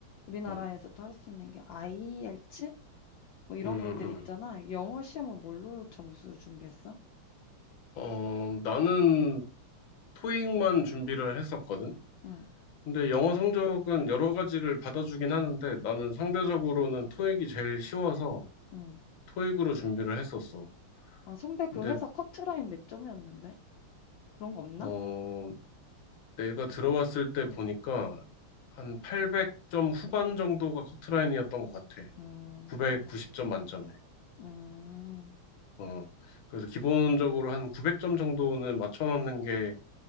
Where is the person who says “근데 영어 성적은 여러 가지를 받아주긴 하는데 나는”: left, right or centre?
Left